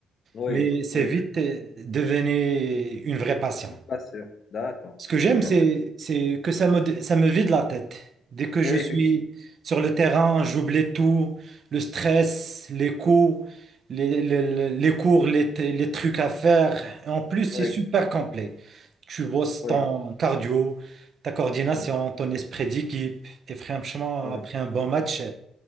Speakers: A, on the left; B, on the right.
A: Oui.
B: mais c'est
A: Oui.
B: vite euh, devenu une vraie passion.
A: Pas sûr. D'accord.
B: Ce que j'aime,
A: C'est bien.
B: c'est, c'est que ça me, ça me vide la tête. Dès que je
A: Oui,
B: suis
A: effectivement.
B: sur le terrain, j'oublie tout, le stress, les coups, les, les- les- les cours, les, les trucs à faire. En plus, c'est
A: Oui.
B: super complet. Tu bosses
A: Oui.
B: ton cardio, ta coordination,
A: Oui.
B: ton esprit d'équipe. Et franchement,
A: oui.
B: après un bon match,